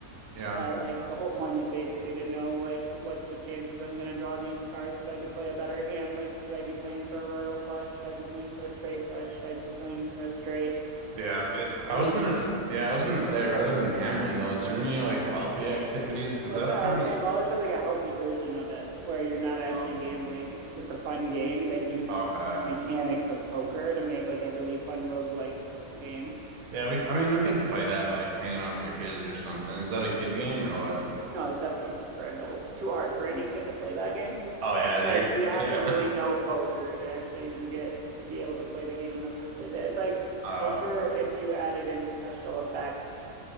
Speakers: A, on the right (about 80°); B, on the right (about 65°).
A: yeah,
B: but like the whole point is basically to know like what's the chances I'm going to draw these cards so I could play a better hand. Like should I be playing for a royal flush? Should I be playing for a straight flush? Should I be playing for a straight?
A: yeah. It,
B: You
A: I
B: know
A: was
B: what I mean?
A: gonna, s- yeah, I was gonna say rather than gambling though, is there any like healthy activities? Because
B: That's
A: that's
B: what
A: kind
B: I was saying. Bolicho is like a healthy version of it, where you're not actually
A: of um
B: gambling. It's just a fun game that uses
A: okay.
B: the mechanics of poker to make like a really fun roguelike game.
A: Yeah, we. I mean, we could play that like hanging out with your kids or something. Is that a kid game or what?
B: No, it's definitely for adults. It's too hard for any kid to play that game.
A: Oh yeah,
B: It's
A: you're
B: like you'd have
A: yeah.
B: to really
A: <laughs>
B: know poker to actually even get to be able to play the game in the first place. It's like
A: Oh.
B: poker if you added in special effects